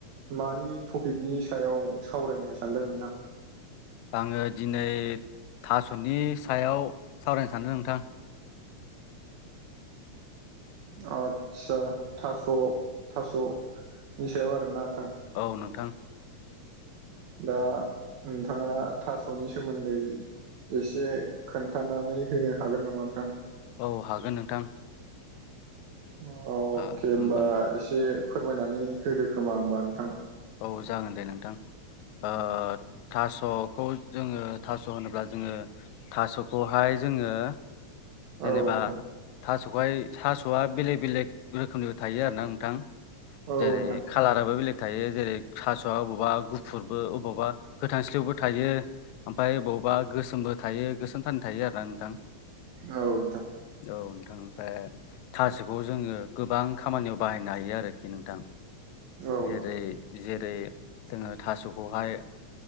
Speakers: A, on the right (about 70°); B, on the left (about 80°).
A: मानि टपिकनि सायाव सावरायनो सानदों नोंथां?
B: आङो दिनै थास'नि सायाव सावरायनो सानदों नोंथां।
A: आदसा थास' थास'नि सायाव आरोना नोंथां?
B: औ नोंथां।
A: दा नोंथाङा थास'नि सोमोन्दै एसे खोन्थानानै होनो हागोन नामा नोंथां?
B: औ हागोन नोंथां।
A: अ अके
B: ओ होमबा
A: हबा एसे फोरमायनानै होदो खोमा होमबा नोंथां।
B: औ जागोन दे नोंथां। ओ थास'खौ जोङो थास' होनोब्ला जोङो थास'खौहाय जोङो जेनेबा
A: औ नोंथां
B: थास'हाय थास'आ बेलेग बेलेग रोखोमनिबो थायो आरो ना नोंथां।
A: औ
B: जेरै
A: नोंथां
B: कालाराबो बेलेग थायो जेरै थास'आ अबावबा गुफुरबो अबावबा गोथांस्लिवबो थायो। ओमफ्राय बबावबा गोसोमबो थायो गोसोमथान थायो आरो ना नोंथां।
A: औ नोंथां।
B: औ नोंथां। ओमफ्राय थासखौ जोङो गोबां खामानियाव बाहायनो हायो आरोखि नोंथां।
A: औ
B: जेरै जेरै जोङो थास'खौहाय